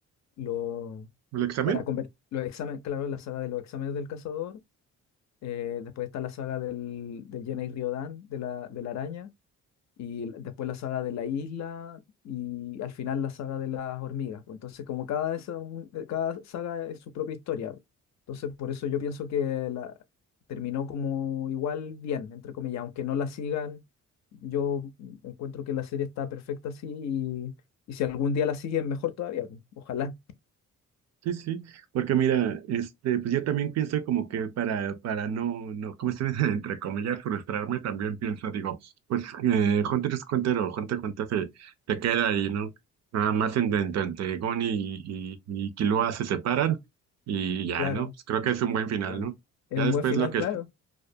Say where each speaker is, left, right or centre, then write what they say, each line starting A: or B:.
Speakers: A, on the left; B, on the right.
A: lo,
B: El examen.
A: para convertir los exámenes, claro, la saga de los exámenes del cazador, eh, después está la saga del, del Jenna y Riodan, de la, de la araña, y l- después la saga de la isla, y al final la saga de las hormigas. pues. Entonces, como cada, esa, un- eh, cada saga es su propia historia. pues. Entonces, por eso yo pienso que la, terminó como igual bien, entre comillas, aunque no la sigan, yo encuentro que la serie está perfecta así, y, y si algún día la siguen, mejor todavía. pues. Ojalá,
B: Sí, sí, porque mira, este, pues yo también pienso como que para, para no, no, ¿cómo se dice? <laughs> Entre comillas, frustrarme, también pienso, digo, pues eh, Hunter es Hunter o Hunter x Hunter se, se queda ahí, ¿no? Nada más en, en- entre Gon y, y, y Killua se separan y ya,
A: claro.
B: ¿no? Pues creo que es un buen final,
A: Claro.
B: ¿no?
A: Es
B: Ya
A: un
B: después
A: buen final,
B: lo que,
A: claro.